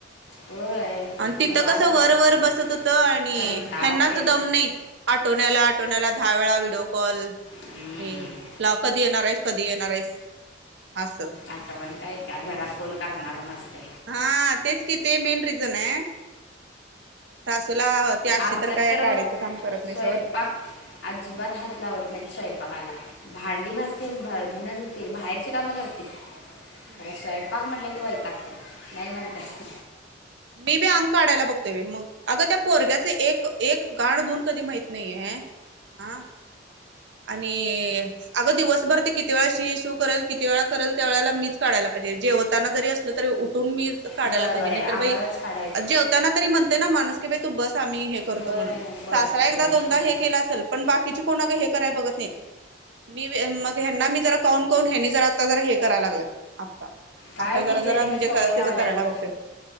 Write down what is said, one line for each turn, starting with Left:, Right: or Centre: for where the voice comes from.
Left: होय
Right: आणि तिथं
Left: निवांत
Right: कस
Left: वाटतं
Right: वर वर बसत होत आणि
Left: कंटाळते
Right: ह्यांनाच दम नाही आठ आटोण्याला आटवण्याला दहा वेळा विडो कॉल
Left: हम्म,
Right: आणि लाव कधी येणार आहेस कधी येणार आहेस असं.
Left: आठवण काय त्या घरात कोण करणार नसते
Right: हा तेच कि ते मेन रिजन आहे सासूला ती अशी
Left: आमच्यात
Right: तर काय काडीच
Left: बघ
Right: काम करत नाही
Left: स्वयंपाक
Right: सोड
Left: अजिबात हात लावत नाही स्वयंपाकाला भांडी
Right: हम्म
Left: घासतील भ धुनं धुतील बाहेरची कामं करतील
Right: हम्म
Left: आणि स्वयंपाक म्हटलं वयतगतात नाहीय म्हणतात
Right: मी बी अंग काढाला बघतो बाई मग अग त्या पोरग्याचे एक एक गाड धुन कधी माहित नाहीेये हा आणि अगं दिवसभर ते किती वेळा शी शिू करेल किती वेळा करेल त्या वेळेला मीच काढायला पाहिजे जेवताना जरी असलं तरी उठून मीच काढाला
Left: वय
Right: पाहिजे
Left: वय
Right: नाही
Left: आम्हालाच
Right: तर बाई
Left: काढायचं
Right: अ जेवताना तरी म्हणते ना माणूस की बा तू बस आम्ही हे करतो
Left: वय
Right: म्हणून
Left: करतो
Right: सासरा एकदा
Left: हम्म.
Right: दोनदा हे के ल असेलपण बाकीचे कोण हे कराय बघत नाही मी बी मग ह्यांना मी जरा कौन कोण ना हे जर आता जरा हे करायला लागल आता
Left: काय
Right: आता जरा
Left: ती
Right: जरा
Left: जईन
Right: म्हणजे
Left: सवय
Right: त्याचं
Left: लावल्या
Right: करायला
Left: बघ
Right: बघतोय